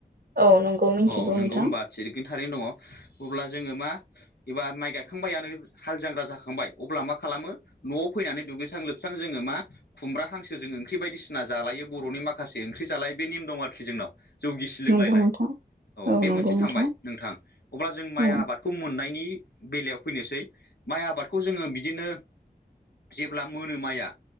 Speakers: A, on the right; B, on the left.
A: औ नंगौ मिथिगौ
B: अ नोंगौ
A: नोंथां
B: होमबा थिरिखि थारैनो दङ अब्ला जोङो मा एबा माइ गायखांबायानो हाल जांख्रा जाखांबाय अब्ला मा खालामो न'आव फैनानै दुगैस्रां लोबस्रां जोङो मा खुमब्रा हांसो जों ओंख्रि बायदिसिना जालायो बर'नि माखासे ओंख्रि जालायो बे नेम दं आरोखि जोंनाव जौगिसि लोंलायनाय
A: नंगौ नोंथां
B: औ बे
A: नंगौ
B: मोनसे
A: नोंथां
B: थांबाय नोंथां अब्ला जों माइ
A: औ
B: आबाद खौ मोननायनि बेलायाव फैनोसै माइ आबादखौ जोङो बिदिनो जेब्ला मोनो माया